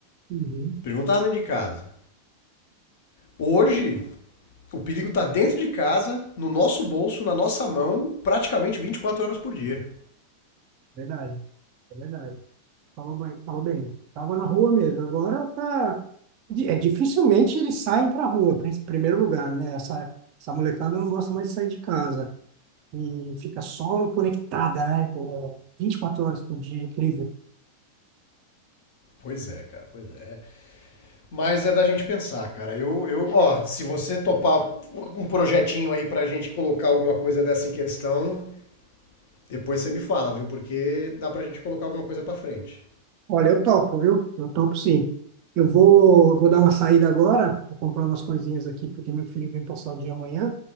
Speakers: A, on the right; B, on the left.
A: Uhum,
B: O perigo não tava dentro de casa. Hoje, O perigo está dentro de casa, no nosso bolso, na nossa mão, praticamente 24 horas por dia.
A: verdade, é verdade. Falou bem, falou bem. Tava na rua mesmo. Agora tá. di- É, dificilmente eles saem pra rua, em primeiro lugar, né? Essa, essa molecada não gosta mais de sair de casa. E fica só conectada, né? É, 24 horas por dia, incrível.
B: Pois é, cara, pois é. Mas é da gente pensar, cara. Eu, eu, ó, se você topar um projetinho aí pra gente colocar alguma coisa dessa em questão, depois você me fala, viu? Porque dá pra gente colocar alguma coisa pra frente.
A: Olha, eu topo, viu? Eu topo sim. Eu vou, vou dar uma saída agora, vou comprar umas coisinhas aqui, porque meu filho vem passar o dia amanhã.